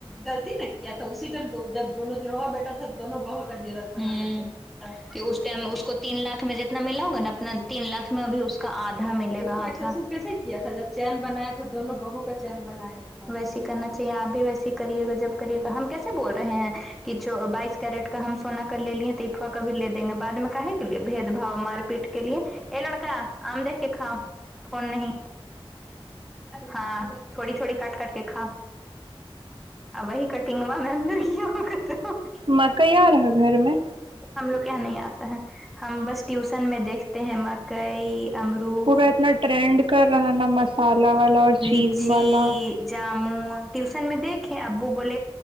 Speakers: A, in the centre; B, on the right.
A: غلطی نہ کیا تھا اسی ٹائم پے جب دونوں جڑواں بیٹا تھا دونوں بہ کا جیور ہاں اس کو تین لاکھ میں جتنا ملا ہوگا نا اپنا تین لاکھ میں ا بھی اس کا آدھا ملے گاھا تھا جب چین بنایا تھا دونوں بہوں کا چین بنایا تھا ویسیے کرنا چاہیے آپ بھی ویسیے کریے گا جب کرے گا ہم کیسے بول رہے ہیں کہچ بائیس کیرٹ کا ہم سونا کا ل لیے تو افوا کا بھی لے دیں گے بد میں کا کے لیے بھید بھاؤ مار پیٹ کے لیے ا لڑکا آم دہ کے کاؤ فون نہیں ہاں تھوڑی تھوڑی کٹ کر کے کھا <unintelligible>
B: مکیا رہا گھر میں
A: ہم لوگ یہاں نہیں آتا ہے ہم بس ٹیوشن میں دیکھتے ہیں مکئی امرد
B: پورا اتنا ٹرینڈ کر رہا نا مسالہ والا اور
A: لچی
B: چیز والا
A: جامن ٹیوشن میں دیک ابو بول